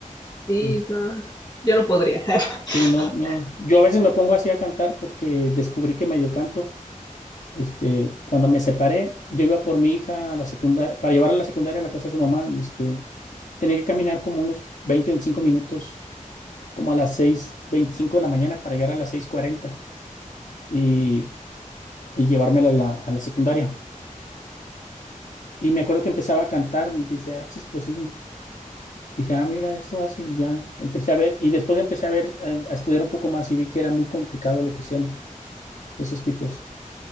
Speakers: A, on the left (about 30°); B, on the left (about 65°).
A: Sí,
B: Es-
A: no, yo no podría. <laughs>
B: Sí, no, no. Yo a veces me pongo así a cantar porque descubrí que medio canto Este, cuando me separé, yo iba por mi hija a la secundaria, para llevarla a la secundaria a la casa de su mamá, y este, tenía que caminar como unos 20, 25 minutos, como a las seis veinticinco de la mañana para llegar a las 6:40 y, y llevármela a la, a la secundaria. Y me acuerdo que empezaba a cantar y dice, ah, chis, pues sí. Dije, ah, mira, esto hace y ya. Empecé a ver, y después empecé a ver, eh, a, estudiar un poco más y vi que era muy complicado lo que hacían esos tipos.